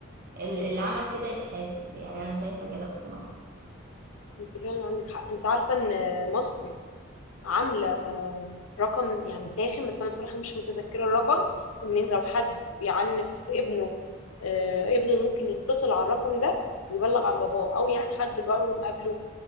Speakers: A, on the right; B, on the left.
A: ال- اللي عمل كده يتحاسب يعني أنا شايفة كده بصراحة
B: انت فعلا عندك حق انت عارفة ان مصر عامله آه، رقم يعني ساخن بس انا بصراحه مش متذكره الرقم ان انت لو حد بيعنف ابنه آه، ابنه ممكن يتصل على الرقم ده ويبلغ عن باباه او يعني حد جارهم قبله